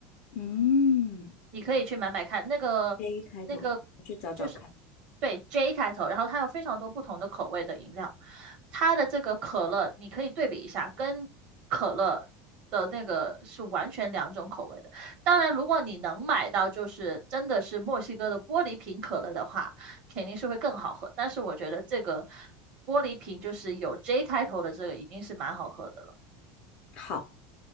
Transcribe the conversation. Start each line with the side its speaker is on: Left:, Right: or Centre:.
Left: 嗯
Right: 你可以去买买看，那个那个
Left: ，J 开头的，我去找找看。
Right: 就是对 J 开头，然后它有非常多不同的口味的饮料，它的这个可乐你可以对比一下，跟可乐的那个是完全两种口味的。当然，如果你能买到就是真的是墨西哥的玻璃瓶可乐的话，肯定是会更好喝。但是我觉得这个玻璃瓶就是有 J 开头的这个已经是蛮好喝的了。
Left: 好，